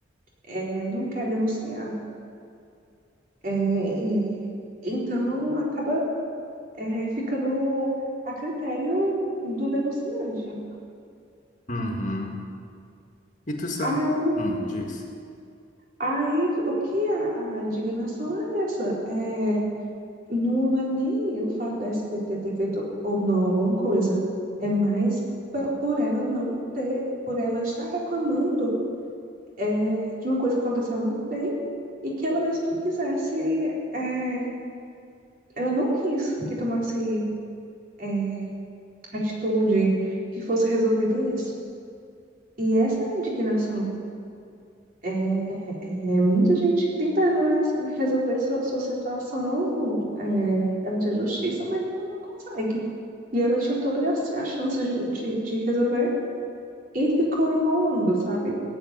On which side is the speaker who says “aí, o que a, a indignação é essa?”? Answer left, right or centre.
Right